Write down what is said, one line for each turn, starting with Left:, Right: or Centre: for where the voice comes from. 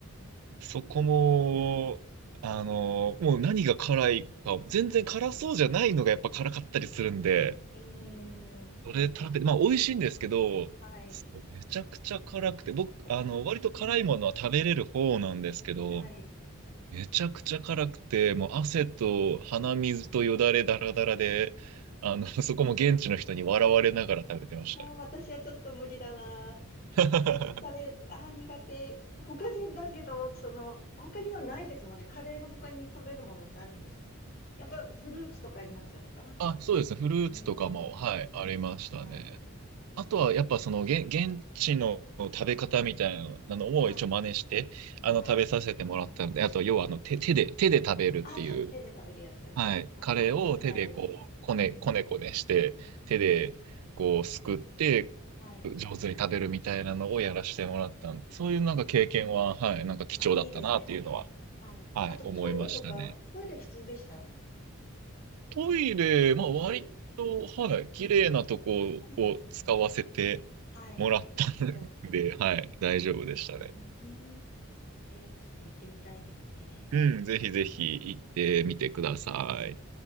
Right: そこも、あの、もう何が辛いか、全然辛そうじゃないのがやっぱ辛かったりするんで、
Left: うーん、
Right: それ食べ、まあ美味しいんですけど、
Left: はい。
Right: そうめちゃくちゃ辛くて、僕、
Left: わ
Right: あの、割と辛いものは食べれる方なんですけど、
Left: あ、はい。
Right: めちゃくちゃ辛くて、もう汗と鼻水とよだれだらだらで、あの、<laughs> そこも現地の人に笑われながら食べてましたね。
Left: あー、私はちょっと無理だな。
Right: <laughs>
Left: にカレー、あー、苦手。他に、だけど、その、他にはないですもんね。カレーの他に食べるものってあるんですかやっぱフルーツとかになっちゃうのかな
Right: あ、そうです。ねフルーツとかも、
Left: うーん。
Right: はい、ありましたね。
Left: はい。
Right: あとはやっぱその現、現地の食べ方みたいなのを一応真似して、
Left: はい。
Right: あの食べさせてもらったので、
Left: はい。
Right: あと要はあの手、手で、手で食べるっていう、
Left: あー、食べ、手で食べるやつ。
Right: はい、
Left: あー、
Right: カレーを手でこう、
Left: やったことないです。
Right: こね、
Left: うん。
Right: こねこねして、
Left: はい。
Right: 手でこうすくって、
Left: はい。
Right: 上手に食べるみたいなのをやらせてもらったんで、そういうなんか経験は、
Left: あー、
Right: はい、なんか貴重だったなっていうのは、
Left: あー、いいですね。あ、はい。
Right: はい、
Left: あとトイレとかトイレ普通でした
Right: 思いましたね。トイレ、まあ割と、
Left: 普通。
Right: はい、
Left: うん。
Right: 綺麗なとこを使わせて
Left: あ、そうなんですね。はい。
Right: もらったんで、
Left: なるほど。
Right: はい、大丈夫でしたね。
Left: うーん。えー、ちょっと行ってみたいですね。
Right: うん、ぜひぜひ行ってみてください。